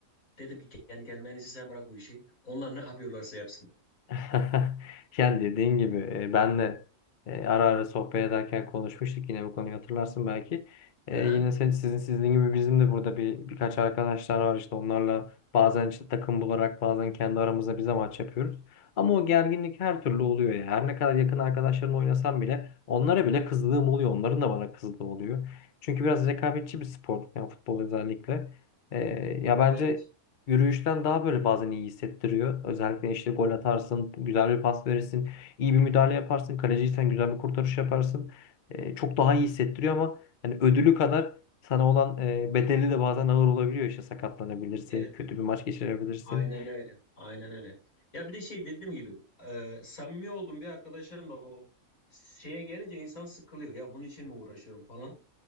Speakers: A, on the left; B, on the left.
A: Dedim ki kendi kendime "En iyisi sen bırak bu işi. Onlar ne yapıyorlarsa yapsınlar.
B: <laughs> Yani dediğin gibi e, ben de e, ara ara sohbet ederken konuşmuştuk yine bu konuyu hatırlarsın belki. E,
A: Aha.
B: yine sen, sizin sizin gibi bizim de burada bir birkaç arkadaşlar var işte onlarla bazen işte takım bularak bazen kendi aramızda bize maç yapıyoruz. Ama o gerginlik her türlü oluyor ya. Her ne kadar yakın arkadaşlarımla oynasam bile onlara bile kızdığım oluyor. Onların da bana kızdığı oluyor. Çünkü biraz rekabetçi bir spor yani futbol özellikle. E, ya bence
A: Evet.
B: Yürüyüşten daha böyle bazen iyi hissettiriyor. Özellikle işte gol atarsın, güzel bir pas verirsin, iyi bir müdahale yaparsın, kaleciysen güzel bir kurtarış yaparsın. Ee, çok daha iyi hissettiriyor ama hani ödülü kadar sana olan e, bedeli de bazen ağır olabiliyor. İşte sakatlanabilirsin,
A: Evet.
B: kötü bir maç geçirebilirsin.
A: Aynen öyle. Aynen öyle. Ya bir de şey dediğim gibi e, samimi olduğum bir arkadaşım da o şeye gelince insan sıkılıyor. Ya bunun için mi uğraşıyorum falan.